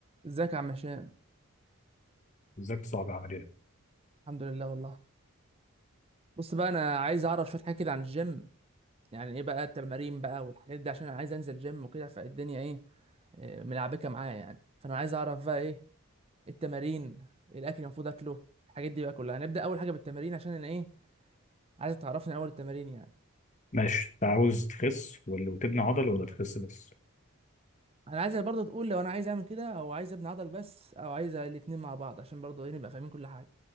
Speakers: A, on the right; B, on the left.
A: ازيك يا عم هشام
B: بالذات صعب عمليا
A: الحمد لله والله بص بقى انا عايز اعرف شويه حاجات كده عن الجيم يعني ايه بقى التمارين بقى والحاجات دي عشان انا عايز انزل جيم وكده فالدنيا ايه آه، ملعبكه معايا يعني فانا عاز اعرف بقى ايه التمارين إيه الاكل اللي المفروض اكله الحاجات دي بقى كلها هنبدا اول حاجه بالتمارين عشان انا ايه عايز تعرفني اول التمارين يعني
B: ماشي انت عاوز تخس ولا وتبني عضل ولا تخس بس
A: انا عايزك برضه تقول لو انا عايز اعمل كده او عايز ابني عضل بس او عايز الاتنين مع بعض عشان برضه ايه نبقى فاهمين كل حاجه